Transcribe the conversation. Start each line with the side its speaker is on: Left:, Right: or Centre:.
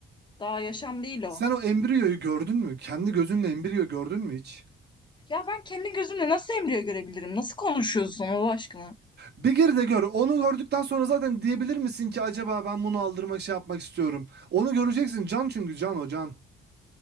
Left: Daha yaşam değil o.
Right: Sen o embriyoyu gördün mü? Kendi gözünle embriyo gördün mü hiç?
Left: Ya ben kendi gözümle nasıl embriyo görebilirim? Nasıl konuşuyorsun Allah aşkına?
Right: Bir gir de gör. Onu gördükten sonra zaten diyebilir misin ki acaba ben bunu aldırmak şey yapmak istiyorum. Onu göreceksin. Can çünkü can o can.